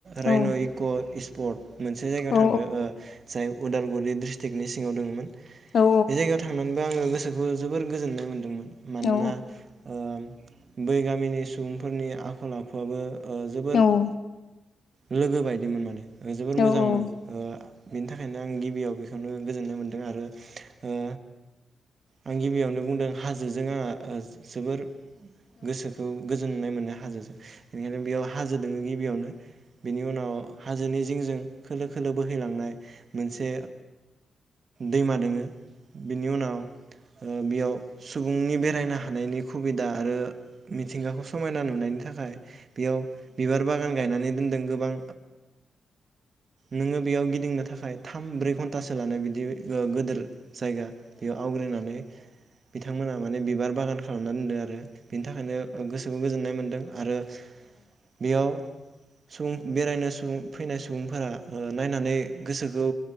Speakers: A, on the right; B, on the left.
A: राइन'
B: औ
A: इक' पत मोनसे जायगायाव
B: औ
A: थांदो ओ जाय उदालगुरि डिस्ट्रिक्टनि सिङाव दङो बे
B: औ
A: जायगायाव थांनानैबो आङो गो गोसोखौ जोबोर गोजोननाय मोन्दोंमोन। मानोना
B: औ
A: ओ बै गामिनि सुबुंफोरनि आखल आखु बाबो ओ जोबोर
B: औ
A: लोगो बायदिमोन माने जोबोर
B: ओमफ्राय
A: मोजांमोन ओ बेनि थाखायनो आं गिबियाव बेखौनो गोजोननाय मोन्दों आरो। ओ आं गिबियावनो बुंदों हाजोजों आंहा जोबोर गोसोखौ गोजोननाय मोननो हाजो जों बेनिखायनो बेयाव हाजो दोङो बियावनो बिनि उनाव हाजोनि जिंजों खोलो खोलो बोहैलांनाय मोनसे दैमा दोङो बेनि उनाव बेयाव सुबुंनि बेरायनो हानायनि सुबिदा आरो मिथिंगाखौ समायना नुनायनि थाखाय बेयाव बिबार बागान गायनानै दोनदों गोबां नोङो बेयाव गिदिंनो थाखाय थाम ब्रै घन्टासो लानाय बिदि गोेदोर जायगा बेयाव आवग्रिनानै बिथांमोना माने बिबार बागान खालामनानै दोनदों आरो बिनि थाखायनो गोसोखौ गोजोननाय मोनदों। आरो बेयाव सुबुं बेरायनो सुबुं फैनाय सुबुंफोरा ओ नायनानै गोसोखौ